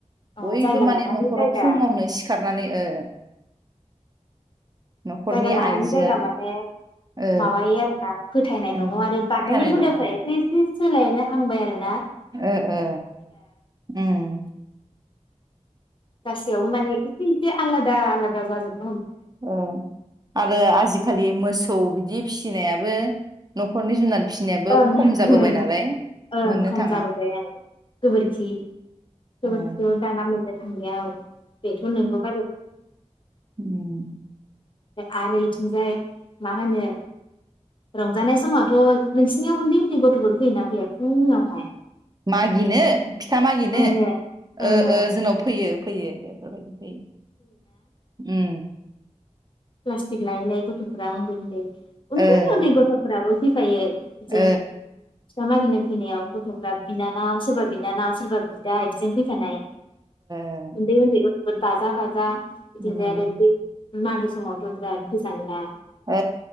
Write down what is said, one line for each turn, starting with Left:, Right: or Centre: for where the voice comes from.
Left: ओं
Right: बयबो
Left: अ जायगा
Right: माने
Left: लानानै
Right: न'खराव
Left: जायगा
Right: फुङावनो सिखार नानै ओ न'खरनि
Left: जायगा लानानै
Right: आइजोआ
Left: जायगा माने
Right: ओ
Left: माबायो आरो ना फोथायनाय
Right: उम
Left: दङ आरो बानायनाय
Right: फोथायनाय
Left: हुदाफ्रा
Right: दङ
Left: एसे एसे सोलाय हांबाय आरो
Right: ओ ओ ओम
Left: गासियावबो माने इसे आलादा आलादा जाजोब
Right: ओ आरो आजिखालि मो मोसौ बिदि फिसिनायाबो न'खरनि जुनार फिसिनायाबो
Left: ओं
Right: खम जाबोबाय
Left: ओं
Right: नालाय
Left: ओंखाम
Right: मोननो थाङा
Left: जाबोबाय आं गोबोरखि गोबोरखियाव
Right: ओ
Left: दाना मोनदों <unintelligible> बेथ' नोंगौ <unintelligible>
Right: ओम
Left: आरो बेथिंजाय मा होनो रंजानाय समावथ' नोंसिनियाव उन्दै उन्दै गथ'फोर फैयोना फैया फुङावहाय
Right: मागिनो फिथा मागिनो
Left: ओं ओं ओं
Right: ओ
Left: ओं
Right: ओ जोंनाव फैयो फैयो बेफोरबायदि ओम
Left: प्लासटिक लायै लायै गथ'फोरा उनदै उनदै उनदै
Right: ओ
Left: उनदै गथ'फ्राबो फैफायो
Right: ओ
Left: जे फिथा मागिनो फैनायाव गथ'फ्रा बिनानाव सोरबा बिनानाव सोरबा बिदा बिदिजों फैफानाय
Right: ओ
Left: उनदै उनदै गथ' बाजा बाजा बिदिबो
Right: उम
Left: आरो मागो समावथ' बिराद गोजाङोना
Right: औ